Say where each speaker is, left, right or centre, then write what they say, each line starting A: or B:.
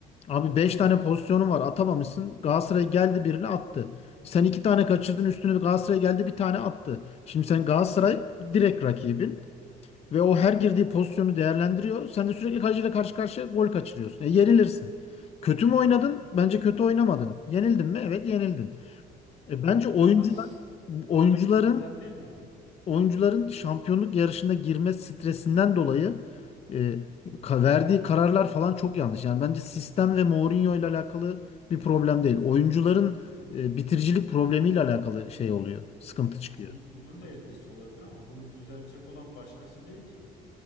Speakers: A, on the left; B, on the left.
A: abi 5 tane pozisyonun var atamamışsın. Galatasaray geldi birini attı. Sen 2 tane kaçırdın üstüne bir Galatasaray geldi bir tane attı. Şimdi sen Galatasaray direkt rakibin ve o her girdiği pozisyonu değerlendiriyor. Sen de sürekli kaleciyle karşı karşıya gol kaçırıyorsun. E yenilirsin. Kötü mü oynadın? Bence kötü oynamadın. Yenildin mi? Evet yenildin.
B: Ya,
A: E bence oyuncular
B: ya ama şu,
A: oyuncuların
B: şu da bir problem değil mi abi?
A: oyuncuların şampiyonluk yarışına girme stresinden dolayı e, ka- verdiği kararlar falan çok yanlış. Yani bence sistem ve Mourinho ile alakalı bir problem değil. Oyuncuların e, bitiricilik problemiyle alakalı şey oluyor. Sıkıntı çıkıyor.
B: Ha, Bunun, bunun da etkisi olabilir ama bunu düzeltecek olan başkası değil ki.